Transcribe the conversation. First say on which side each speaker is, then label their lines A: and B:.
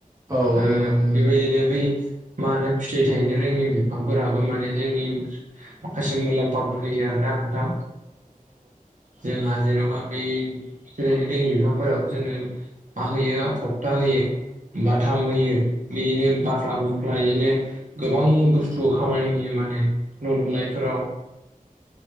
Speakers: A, on the right; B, on the right.
A: औ नंगौ
B: ओ
A: नोंथां नंगौ
B: बेबायदिनो बै मा होनो फिथाइ थायनो रोङि बिफांफोराबो माने। जोंनि माखासे मुलाम्फाफोर होयो आरोना नोंथां। जोंहा जेन'बा बे फिथाय थायनोरोङि बिफांफोराबो जोंनो मा होयो थफथा होयो। बाथाम होयो। बिदिनो बाखला मुखला बिदिनो गोबां बुस्थुआव खामानि होयो। मान माने न' लुनायफोराव।